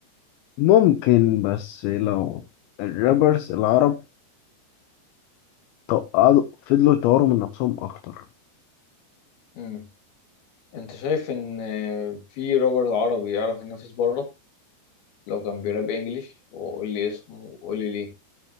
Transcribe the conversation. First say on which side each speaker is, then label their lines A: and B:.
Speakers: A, on the left; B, on the left.
A: ممكن بس لو الرابرز العرب طب قعدوا فضلوا يطوروا من نفسهم اكتر
B: امم انت شايف ان آه، في رابر عربي يعرف ينافس بره لو كان بيراب انجليش وقول لي اسمه وقول لي ليه